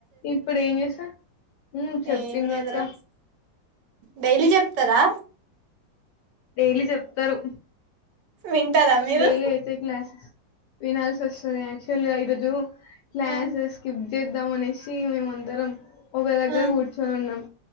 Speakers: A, on the left; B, on the right.
A: ఇప్పుడు ఏం చేసా మ్మ్ చెప్పింది
B: ఏం లేదురా
A: అక్క
B: డైలీ చెప్తరా
A: డైలీ చెప్తరు
B: వింటారా మీరు
A: డైలీ అయితే క్లాసెస్ వినాల్స్ వస్తుంది ఆక్చువల్గా ఈరోజు క్లాసెస్
B: ఆ
A: స్కిప్ చేద్దామనేసి మేమందరం ఒక దగ్గర
B: ఆ
A: కూర్చొని ఉన్నం